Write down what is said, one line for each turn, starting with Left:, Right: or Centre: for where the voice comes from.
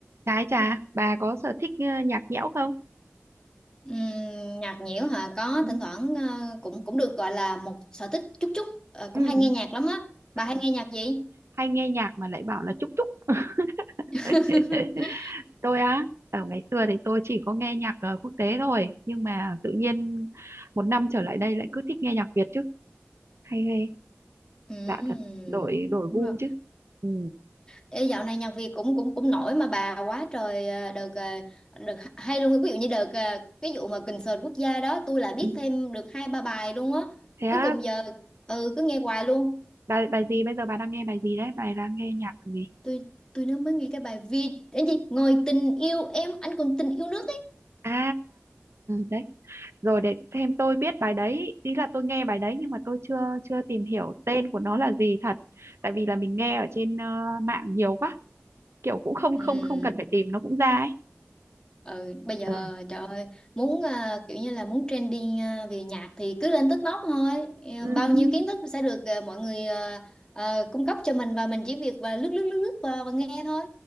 Right: Trái trà, bà có sở thích ờ, nhạc nhẽo không?
Left: Ừm, nhạc nhiễu hả có
Right: Ừ.
Left: thỉnh thoảng ờ, cũng cũng được gọi là một sở thích chút chút Ờ,
Right: Ừ.
Left: cũng hay nghe nhạc lắm á bà
Right: Ừ.
Left: hay nghe nhạc gì
Right: Hay nghe nhạc mà lại bảo là chúc chúc. <laughs>
Left: <laughs>
Right: Tôi á, ở ngày xưa thì tôi chỉ có nghe nhạc ờ, quốc tế thôi, nhưng mà tự nhiên một năm trở lại đây lại cứ thích nghe nhạc Việt chứ. Hay ghê,
Left: Ừm,
Right: lạ thật, đổi đổi
Left: đúng
Right: gu
Left: rồi
Right: chứ. Ừ.
Left: Ê, dạo này nhạc Việt cũng cũng cũng nổi mà bà quá trời ờ, đợt ờ, đợt hay luôn ví dụ như đợt ờ, cái vụ mà concert quốc gia đó tôi lại biết
Right: Ừ.
Left: thêm được hai ba bài luôn á
Right: Thế á,
Left: cuối cùng giờ ừ cứ nghe hoài luôn
Right: bài bài gì bây giờ bà đang nghe bài gì đấy? Bà đang nghe nhạc gì?
Left: tôi tôi nó mới nghe cái bài Vi đến gì ngồi tình yêu em anh còn tình yêu nước ấy
Right: À, đấy, rồi để thêm tôi biết bài đấy ý là tôi nghe bài đấy nhưng mà tôi chưa chưa tìm hiểu tên của nó là gì thật tại vì là mình nghe ở trên ờ, mạng nhiều quá kiểu cũng không
Left: Ừ,
Right: không không cần phải tìm nó cũng ra ấy
Left: Ừ, bây giờ
Right: ờ
Left: trời ơi, muốn à, kiểu như là muốn trending à, về nhạc thì cứ lên TikTok thôi Ờ,
Right: <laughs>
Left: bao nhiêu kiến thức sẽ được à, mọi người à, à, cung cấp cho mình và mình chỉ việc và lướt lướt lướt lướt và, và nghe thôi